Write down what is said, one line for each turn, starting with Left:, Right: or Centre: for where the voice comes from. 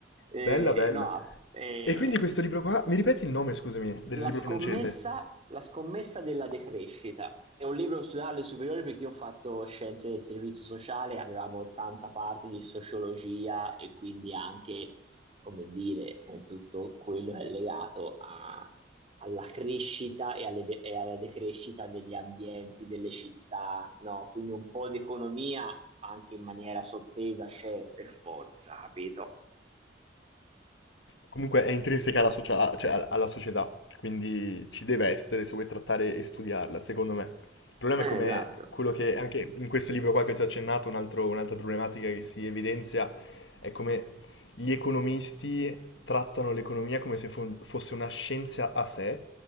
Right: Eh,
Left: Bella, bella.
Right: no, eh,
Left: E quindi questo libro qua, mi ripeti il nome, scusami, del
Right: La
Left: libro
Right: scommessa,
Left: francese?
Right: la scommessa della decrescita. È un libro che ho studiato alle superiori perché io ho fatto scienze del servizio sociale, avevamo tanta parte di sociologia e quindi anche, come dire, eh, tutto quello che è legato a- alla crescita e, alle de- e alla decrescita degli ambienti, delle città, no? Quindi un po' di economia anche in maniera sottesa c'è per forza, capito?
Left: Comunque è intrinseca alla, socia- cioè al- alla società, quindi ci deve essere se vuoi trattare e studiarla, secondo me. Il problema
Right: Eh,
Left: è come
Right: esatto.
Left: quello che anche in questo libro qua che ho già accennato, un altro- un'altra problematica che si evidenzia è come gli economisti trattano l'economia come se fo- fosse una scienza a sé,